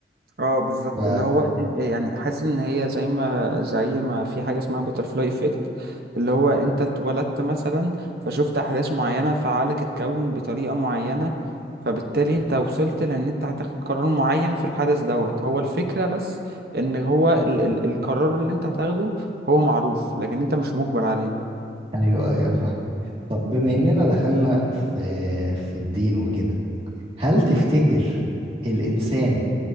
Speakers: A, on the right; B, on the right.
A: اه بالظبط
B: ف
A: اللي هو ال- يعني حاسس ان هي زي ما زي ما في حاجه اسمها باترفلاي افكت اللي هو انت اتولدت مثلا فشفت احداث معينه فعقلك اتكون بطريقه معينه فبالتالي انت وصلت لان انت هتاخد قرار معين في الحدث دوت هو الفكره بس ان هو ال ال القرار اللي انت هتاخده هو معروف لكن انت مش مجبر عليه
B: ايوه ايوه فاهم طب بما اننا دخلنا في في الدين وكده هل تفتكر
A: امم
B: الإنسان